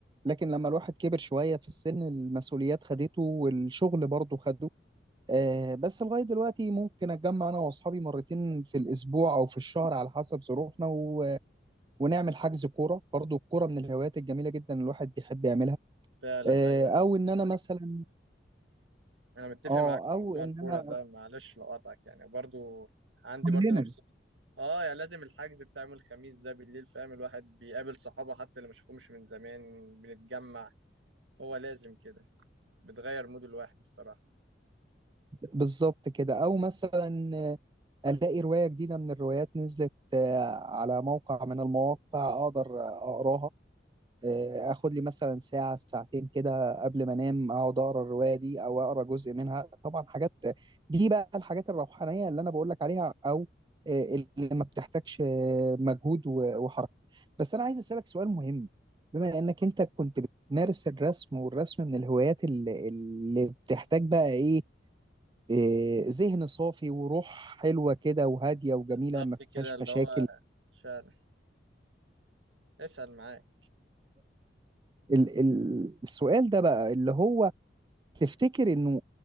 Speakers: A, on the right; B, on the right.
A: لكن لما الواحد كبر شويه في السن المسؤوليات خدته والشغل برضه خده آه، بس لغاية دلوقتي ممكن أتجمع أنا وأصحابي مرتين في الأسبوع أو في الشهر على حسب ظروفنا و... ونعمل حجز كورة برضو الكورة من الهوايات الجميلة جدا الواحد بيحب يعملها
B: فعلا
A: آه،
B: ايوه
A: أو إن أنا مثلا
B: انا متفق
A: أه
B: معاك في
A: أو
B: موضوع
A: إن
B: الكوره
A: أنا
B: ده معلش لو قاطعك يعني برضو عندي
A: كلنا
B: برضو نفس اه يعني لازم الحجز بتاع يوم الخميس ده بالليل فاهم الواحد بيقابل صحابه حتى اللي ما شافهمش من زمان بنتجمع هو لازم كده بتغير مود الواحد الصراحه
A: بالظبط كده أو مثلا آه، ألاقي رواية جديدة من الروايات نزلت آه، على موقع من المواقع أقدر آه، أقراها آه، اخد لي مثلا ساعه ساعتين كده قبل ما انام اقعد اقرا الروايه دي او اقرا جزء منها طبعا حاجات دي بقى الحاجات الروحانيه اللي انا بقول لك عليها او آه، اللي ما بتحتاجش آه، مجهود و- وحركه بس انا عايز اسالك سؤال مهم بما انك انت كنت بتمارس الرسم والرسم من الهوايات اللي اللي بتحتاج بقى ايه آه، ذهن صافي وروح حلوه كده وهاديه وجميله
B: بالظبط
A: ما
B: كده
A: فيهاش
B: اللي
A: مشاكل
B: هو فعلا اسأل معاك
A: ال- ال- السؤال ده بقى اللي هو تفتكر انه